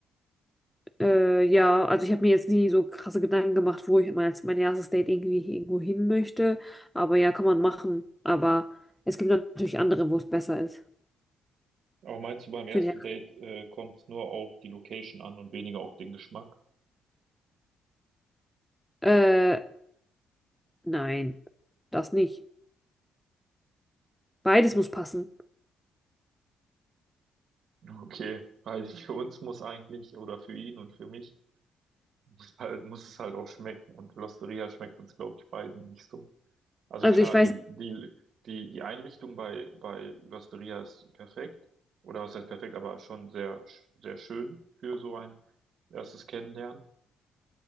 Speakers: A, in the centre; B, on the right.
A: Äh, ja, also ich habe mir jetzt nie so krasse Gedanken gemacht, wo ich mein, als mein erstes Date irgendwie irgendwo hin möchte. Aber ja, kann man machen. Aber es gibt natürlich andere, wo es besser ist.
B: Aber meinst du, beim ersten
A: Für den
B: Date, äh, kommt es nur auf die Location an und weniger auf den Geschmack?
A: Äh, nein, das nicht. Beides muss passen.
B: Okay, weil für uns muss eigentlich, oder für ihn und für mich, muss halt, muss es halt auch schmecken. Und L'Osteria schmeckt uns, glaube ich, beiden nicht so. Also
A: Also
B: klar,
A: ich weiß,
B: die, die, die, die Einrichtung bei, bei L'Osteria ist perfekt. Oder was heißt perfekt, aber schon sehr, sch- sehr schön für so ein erstes Kennenlernen.